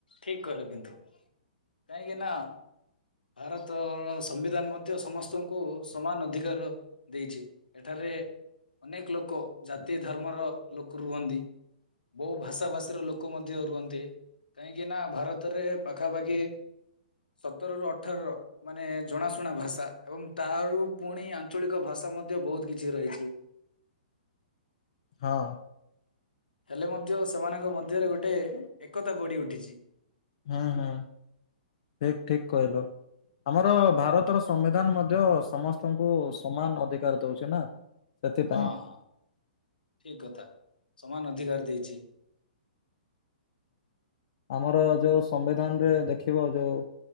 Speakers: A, on the left; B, on the left.
A: ଠିକ୍ କହିଲ କିନ୍ତୁ କାହିଁକି ନା ଭାରତର ସମ୍ବିଧାନ ମଧ୍ୟ ସମସ୍ତଙ୍କୁ ସମାନ ଅଧିକାର ଦେଇଛି। ଏଠାରେ ଅନେକ ଲୋକ ଜାତି ଧର୍ମର ଲୋକ ରୁହନ୍ତି। ବୋହୁ ଭାଷା ଭାଷୀର ଲୋକ ମଧ୍ୟ ରୁହନ୍ତି। କାହିଁକିନା ଭାରତରେ ପାଖାପାଖି ସତରରୁ ଅଠର ମାନେ ଜଣାଶୁଣା ଭାଷା ଏବଂ ତାରୁ ପୁଣି ଆଞ୍ଚଳିକ ଭାଷା ମଧ୍ୟ ବୋହୁତ କିଛି ରହିଛି।
B: ହଁ।
A: ହେଲେ ମଧ୍ୟ ସେମାନଙ୍କ ମଧ୍ୟରେ ଗୋଟେ ଏକତା ଗଢିଉଠିଛି।
B: ହୁଁ ହୁଁ। ହେ ଠିକ୍ କହିଲ। ଆମର ଭାରତର ସମ୍ବିଧାନ ମଧ୍ୟ ସମସ୍ତଙ୍କୁ ସମାନ ଅଧିକାର ଦଉଛି ନା? ସେଥିପାଇଁ
A: ହଁ ହଁ ଠିକ୍ କଥା। ସମାନ ଅଧିକାର ଦେଇଚି।
B: ଆମର ଯୋଉ ସମ୍ବିଧାନରେ ଦେଖିବ ଯୋଉ